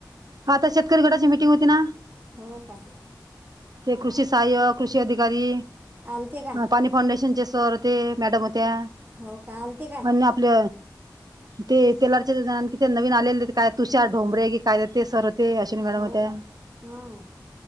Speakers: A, on the right; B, on the right.
A: आता शेतकरी गटाची मिटिंग होती ना
B: हो काय
A: ते कृषी सय कृषी अधिकारी
B: आलते काय
A: ह पाणी फाउंडेशनचे सर होते मॅडम होत्या
B: हो काय आलते काय
A: ्य आपले ते तेलरच्या जणि नवीन आलेले काय तुषार ढोंबरे की काय ते सर होते अश्विनी मॅडम
B: हो
A: होत्या
B: काय
A: <inaudible>
B: हां